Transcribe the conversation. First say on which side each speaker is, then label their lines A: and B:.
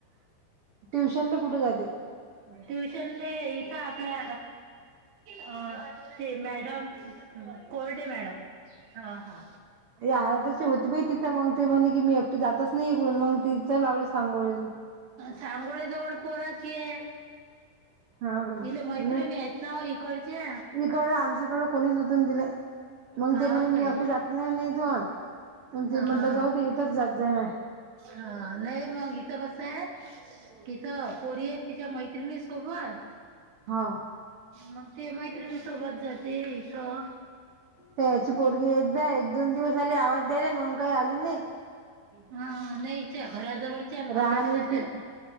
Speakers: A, on the right; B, on the right.
A: ट्युशनले कुठे जाते
B: ट्युशनले इत आपल्या अ ते मॅडम ह कोरडे मॅडम हा हा.
A: आराध्याची होती बाई तिथं मग ते म्हणे की मी एकटी जातच नाही इकडून मग तिथ लावले सांगोळेला.
B: सांगोळे जवळ पोरा अशी हे
A: हा का
B: इल् मैत्रिन
A: नाही
B: हेत ना इकडचे
A: इकडं आमच्याकडं कोणीच नव्हतं दिले मग
B: हाव
A: ते म्हणे मी
B: काय
A: एकटी जात नाही म्हणे इथून मग ते
B: हा.
A: म्हटलं जाऊ दे इथंच जात जाय माय
B: हा नई मग हित कसय हिथं पोरी आहेत तिच्या मैत्रिणी सोबत
A: हाव.
B: मग ते मैत्रिणी सोबत जाते इथं.
A: तयाची पोरगी येत जाय, एक दोन दिवस आली आवाज द्याला ना मग काही आली नाही.
B: हा नाही त्या घराजवळच्या आणि वर्गातल्याच
A: राहण्याची
B: आहेत.